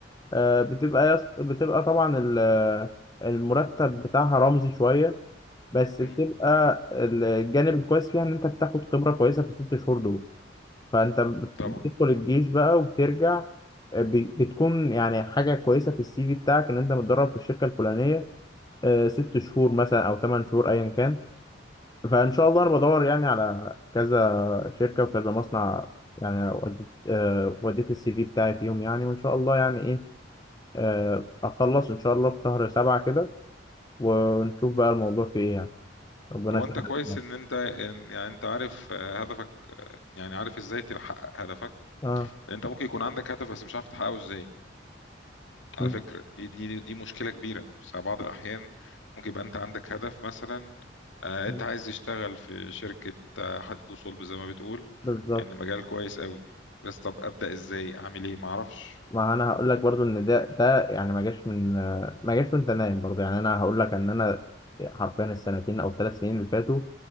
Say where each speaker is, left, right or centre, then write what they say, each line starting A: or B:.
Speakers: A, on the left (about 20°); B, on the left (about 75°).
A: آه، بتبقى يص... بتبقى طبعا ال- المرتب بتاعها رمزي شويه بس
B: امم
A: بتبقى الجانب الكويس فيها ان انت بتاخد خبره كويسه في الست شهور دول فانت بت-
B: طبعا
A: بتدخل الجيش بقى وبترجع آه، ب- بتكون يعني حاجه كويسه في السي في بتاعك ان انت متدرب في الشركه الفلانيه آه، ست شهور مثلا او ثمان شهور ايا كان فان شاء الله انا بدور يعني على كذا شركه وكذا مصنع يعني وديت آه، وديت السي في بتاعي فيهم يعني وان شاء الله يعني ايه آه، اخلص ان شاء الله في شهر سبعة كده ونشوف بقى الموضوع في ايه يعني ربنا
B: هو
A: يسهل
B: انت كويس ان انت إن يعني انت عارف آه، هدفك يعني عارف ازاي تحقق هدفك
A: اه
B: لان انت ممكن يكون عندك هدف بس مش عارف تحققه ازاي على
A: م-
B: فكرة دي دي دي مشكلة كبيرة بس على بعض الاحيان ممكن يبقى انت عندك هدف مثلا آه،
A: م-
B: انت عايز تشتغل في شركة آه، حديد وصلب زي ما بتقول
A: بالظبط
B: ان مجال كويس قوي بس طب ابدأ ازاي اعمل ايه معرفش
A: ما انا هقول لك برضو ان ده ده يعني ما جاش من ما جاش وانت نايم برضو يعني انا هقول لك ان انا حرفيا السنتين او الثلاث سنين اللي فاتوا